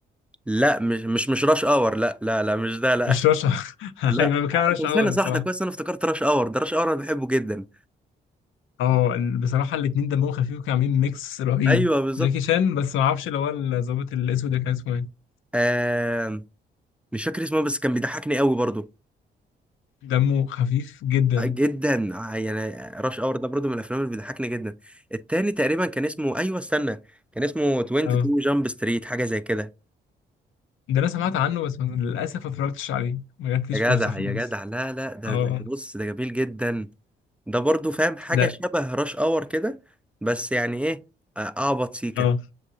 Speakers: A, in the centre; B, on the left.
A: لا مش مش مش راش اور لا لا لا مش ده لا
B: مش رشا <laughs>
A: <laughs> لا
B: ايوه ما كانش
A: انت مستني
B: اول الصراحه
A: صح ده كويس انا افتكرت راش اور ده راش اور انا بحبه جدا
B: اه ال- بصراحه الاثنين دمهم خفيف وكانوا عاملين ميكس رهيب
A: ايوه بالظبط
B: جاكي شان بس ما اعرفش اللي هو الظابط الاسود ده كان اسمه ايه
A: آه... مش فاكر اسمه بس كان بيضحكني قوي برضو
B: دمه خفيف جدا
A: جدا آه، يعني راش اور ده برضو من الافلام اللي بيضحكني جدا التاني تقريبا كان اسمه ايوه استنى كان اسمه 22
B: اه
A: جامب ستريت حاجه زي كده
B: ده انا سمعت عنه بس ما- للاسف ما اتفرجتش عليه ما جاتليش
A: يا
B: فرصه
A: جدع
B: خالص
A: يا جدع لا لا ده
B: اه
A: ده بص ده جميل جدا ده برضو فاهم حاجة
B: ده
A: شبه راش اور كده بس يعني ايه آه، اعبط سيكا
B: اه